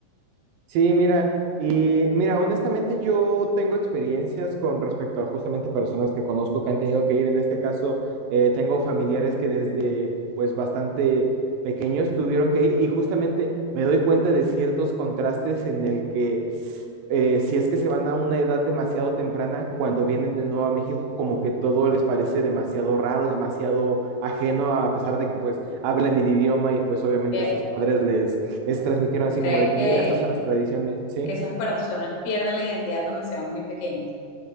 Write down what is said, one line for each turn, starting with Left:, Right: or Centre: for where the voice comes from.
Right: Sí, mira, y mira, honestamente yo tengo experiencias con respecto a justamente personas que conozco que han tenido que ir. En este caso, eh, tengo familiares que desde pues bastante pequeños tuvieron que ir y justamente me doy cuenta de ciertos contrastes en el que eh, si es que se van a una edad demasiado temprana, cuando vienen de nuevo a México, como que todo les parece demasiado raro, demasiado ajeno, a pesar de que pues hablan el idioma y pues obviamente
Left: ¿Qué-
Right: sus padres les les transmitieron así
Left: ¿Crees
Right: como de que,
Left: que
Right: mira, estas son las tradiciones, ¿sí?
Left: que esas personas pierden la identidad cuando se van muy pequeños?